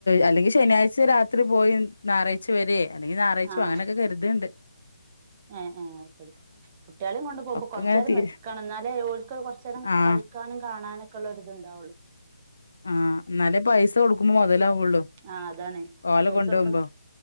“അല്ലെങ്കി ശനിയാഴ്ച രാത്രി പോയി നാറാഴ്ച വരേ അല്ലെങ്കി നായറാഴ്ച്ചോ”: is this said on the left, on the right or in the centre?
Left